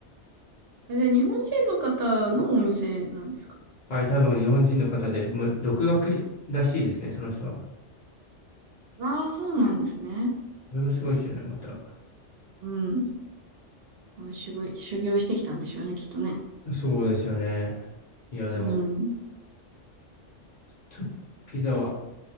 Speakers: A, on the right (about 65°); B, on the left (about 45°).
A: あ、じゃあ、日本人の方のお店なんですか
B: はい、多分日本人の方で、もう独学らしいですね、その人は。
A: ああー、そうなんですね。
B: これがすごいですね、また。
A: うん。あ、修行、修行してきたんでしょうね、きっとね。
B: そうですよね。いや、でも、
A: うん。
B: ちょっとピザは、